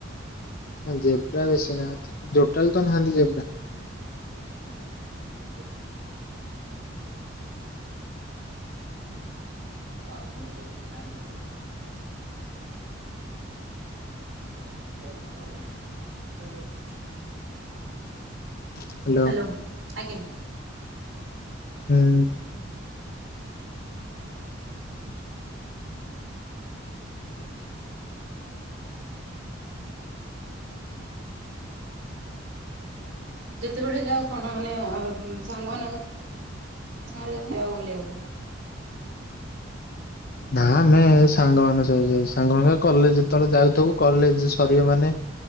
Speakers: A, on the left; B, on the right.
A: ନା ଜେବ୍ରା ବେଶୀ ନାହାନ୍ତି ଜୋଟାଲିତ ନାହାନ୍ତି ଜେବ୍ରା।
B: ଡାକନ୍ତୁ ଦିଇଟାତ। ଆସୁଚନ୍ତି କଇଲେ କିଛି ଟାଇମ୍ ଲାଗିବ। <unintelligible>
A: ହ୍ୟାଲୋ।
B: ହାଲୋ ଆଜ୍ଞା।
A: ହୁଁ।
B: <inaudible> ଯେତେବେଳେ ଯାଉ କଣ ମାନେ ସାଙ୍ଗ ମାନଙ୍କ <unintelligible> ଯାଉ ବୁଲିବାକୁ।
A: ନା ଆମେ ସାଙ୍ଗ ମାନ ସବୁ ସାଙ୍ଗ ମାନେ କଲେଜ୍ ଯେତେବେଳେ ଯାଉଥିବୁ କଲେଜ୍ ସରିବ ମାନେ